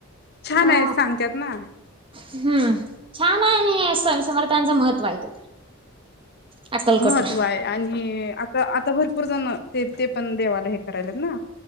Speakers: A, on the left (about 50°); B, on the right (about 25°).
A: छान
B: अ,
A: आहे सांगत्यात ना.
B: हम्म छान आहे. आणि स्वामी समर्थांच महत्त्व आहे ते. अक्कलकोटला
A: महत्व आहे आणि आता आता भरपूर जण ते ते पण देवाला हे करायला ना